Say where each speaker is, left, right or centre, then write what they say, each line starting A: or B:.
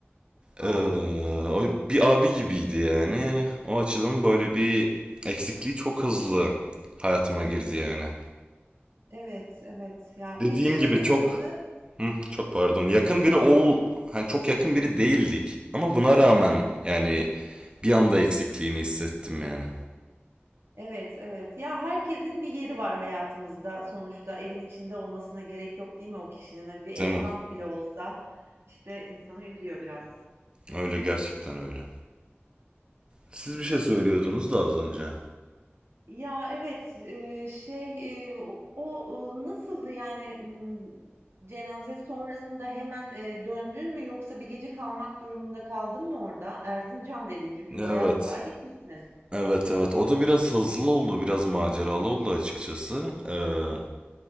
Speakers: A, on the right; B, on the right.
A: A!
B: Ee, o bir abi gibiydi yani. O açıdan böyle bir eksikliği çok hızlı hayatıma girdi yani.
A: Evet, evet. Ya,
B: Dediğim
A: peki şey
B: gibi
A: nasıldı?
B: çok Hı, çok pardon. Yakın biri ol hani çok yakın biri değildik. Ama buna rağmen yani bir anda eksikliğini hissettim yani.
A: Evet, evet. Ya, herkesin bir yeri var hayatımızda sonuçta. Evin içinde olmasına gerek yok değil mi o kişinin? Hani bir esnaf
B: tamam
A: bile olsa, işte, insanı üzüyor biraz.
B: Öyle gerçekten öyle. Siz bir şey söylüyordunuz da az önce.
A: Ya evet e, şey e, o o, e, nasıldı yani m, cenaze sonrasında hemen e, döndün mü yoksa bir gece kalmak durumunda kaldın mı orada? Erzincan dedin çünkü
B: Evet.
A: bayağı uzağa gitmişsin.
B: Evet evet o da biraz hızlı oldu biraz maceralı oldu açıkçası. Ee,